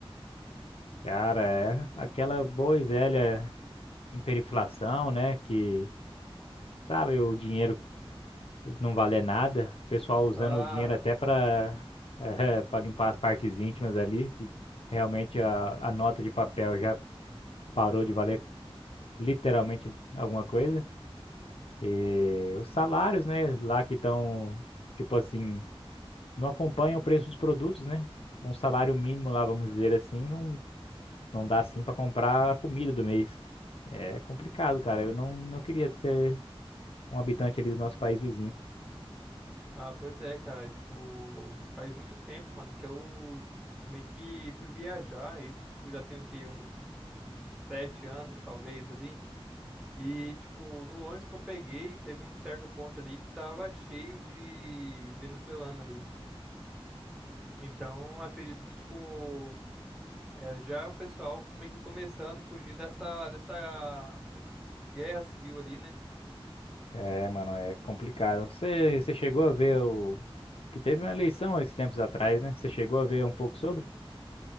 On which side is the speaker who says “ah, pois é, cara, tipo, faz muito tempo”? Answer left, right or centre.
Centre